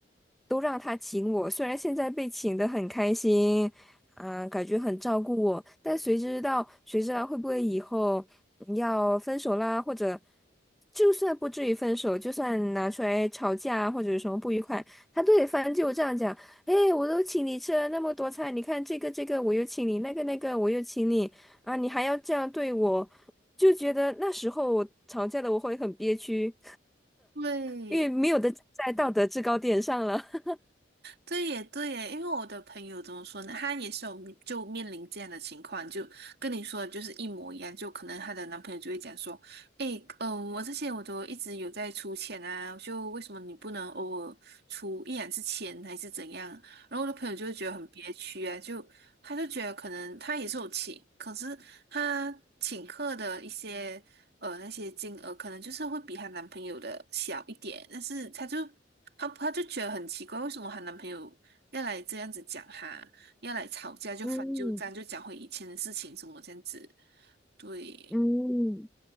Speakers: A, in the centre; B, on the right (about 60°).
A: 都让他请我，虽然现在被请的很开心，啊、感觉很照顾我，但谁知道，谁知道会不会以后嗯要分手啦，或者就算不至于分手，就算拿出来吵架或者有什么不愉快，他都得翻旧账讲，哎，我都请你吃了那么多菜，你看这个这个我又请你，那个那个我又请你。啊，你还要这样对我，就觉得那时候我吵架的我会很憋屈，
B: 对，
A: 因为没有的站在道德制高点上了。<laughs>
B: 对耶，对耶，因为我的朋友怎么说呢？她也是有面就面临这样的情况，就跟你说的就是一模一样。就可能她的男朋友就会讲说：“诶，嗯、我这些我都一直有在出钱啊，就为什么你不能偶尔出一两次钱还是怎样？”然后我的朋友就会觉得很憋屈啊，就他就觉得可能他也是有请，可是他请客的一些。呃那些金额，可能就是会比她男朋友的小一点，但是她就她她就觉得很奇怪，为什么她男朋友要来这样子讲她，要来吵架就翻旧账，
A: 嗯
B: 就讲回以前的事情什么这样子，对。
A: 嗯，